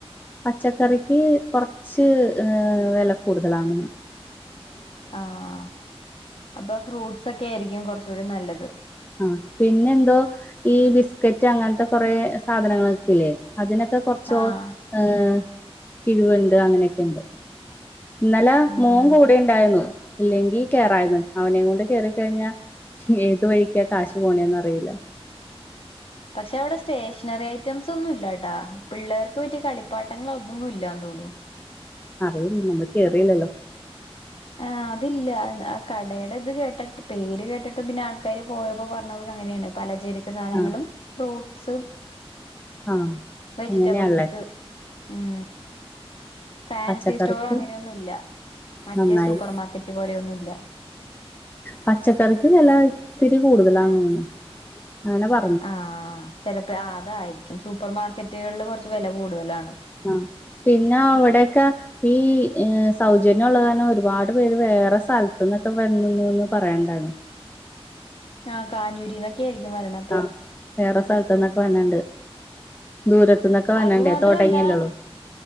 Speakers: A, on the left (about 15°); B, on the left (about 60°).
A: പച്ചക്കറിക്ക് കുറച്ച് ഏ വെല കൂടുതലാന്നുണു
B: ആഹ് അപ്പം ഫ്രൂട്ട്സൊക്കെ യിരിക്കും കുർച്ചൂടിം നല്ലത്
A: ആഹ് പിന്നെന്തോ ഈ ബിസ്കറ്റ് അങ്ങൻത്തെ കൊറേ സാധനങ്ങളൊക്കൂ ല്ലേ അതിനൊക്കെ കുർച്ചോ
B: ആഹ്
A: ഏ കിഴിവ്ണ്ട് അങ്ങനെക്കെണ്ട് ഇന്നലെ
B: ഉം
A: മോം
B: ഉം
A: കൂടെ ണ്ടായിരുന്നു. ഇല്ലെങ്കി കേറായിരുന്നു അവനെ കൊണ്ട് കേറിക്കഴിഞ്ഞാ ഏത് വഴി ക്കാ കാശ് പോണേന്നറിയില്ല
B: പക്ഷെ അവിടെ സ്റ്റേഷനറി ഐറ്റംസ് ഒന്നും ഇല്ലട്ടാ. പിള്ളേർക്ക് പറ്റിയ കളിപ്പാട്ടങ്ങള് അതൊന്നും ഇല്ലാ തൊള്ളൂ
A: അറിയില്ല നമ്മള് കേറീല്ലല്ലോ
B: ആഹ് അതില്ല ആ കടയുടെ ഇത് കേട്ടിട്ട് പേര് കേട്ടിട്ട് പിന്നെ ആൾക്കാര് പോയപ്പോ പറഞ്ഞൗ അങ്ങനേണ് പലചരക്ക് സാനങ്ങളും
A: ആ
B: ഫ്രൂട്ട്സും
A: ആ
B: വെജിറ്റബിൾസ്
A: അങ്ങനെയാള്ളേ
B: ഉം ഫാൻസി
A: പച്ചക്കറിക്ക്
B: സ്റ്റോറ് അങ്ങനെയൊന്നുല്ല
A: നന്നായി
B: മറ്റേ സൂപ്പർ മാർക്കറ്റ് പോലെയൊന്നുല്ല
A: പച്ചക്കറിക്ക് വെല ഇത്തിരി കൂടുതലാന്ന് തോന്നുന്നു. അങ്ങനെ പ
B: ആഹ് ചെലപ്പ ആ അതായിരിക്കും സൂപ്പർ മാർക്കറ്റ്കള്ല് കൊർച്ച് വെല കൂടുതലാണ്
A: ആഹ് പിന്നെ അവിടൊക്കെ ഈ സൗജന്യ ള്ളത് കാരണം ഒരുപാട് പേര് വേറെ സൽത്ത്ന്നൊക്കെ വന്നുന്നൂന്ന് പറയണ്ടായിരുന്നു
B: ആഹ് കാഞ്ഞൂരിന്നൊക്കെയായിരിക്കും വര്ണപ്പാ
A: ആഹ് വേറെ സൽത്ത്ന്നൊക്കെ വന്ണ്ട് ദൂരത്ത്ന്നൊക്കെ വന്ണ്ട്
B: അത് മാത്രല്ല
A: തൊടങ്ങില്ലേള്ളു